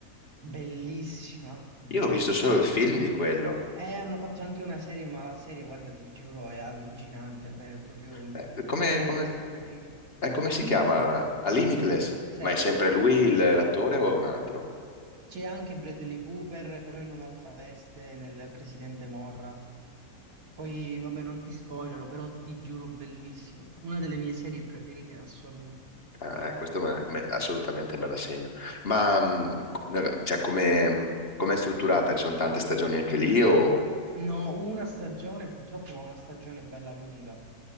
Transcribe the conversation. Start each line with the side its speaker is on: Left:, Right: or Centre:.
Right: Bellissima, bellissima.
Left: Io ho visto solo il film di quello.
Right: Eh, hanno fatto anche una serie, ma la serie, guarda, ti giuro, è allucinante. A me È proprio
Left: Eh, come,
Right: una delle
Left: come-
Right: mie serie preferite.
Left: eh, come si
Right: Limitless,
Left: chiama? A Limitless?
Right: Limitless, serie.
Left: Ma è sempre lui
Right: Sì, sì.
Left: il- l'attore o è un altro?
Right: C'è anche Bradley Cooper, però in un'altra veste, nel presidente Morra. Poi, vabbè, non ti spoilerò, però ti giuro, bellissima. Una delle mie serie preferite in assoluto.
Left: Ah, eh, questo me- me- assolutamente me la segno. Ma mm, co- eh, cioè, come, come è strutturata? Ci sono tante stagioni anche lì o...
Right: No, una stagione, purtroppo ma una stagione bella lunga,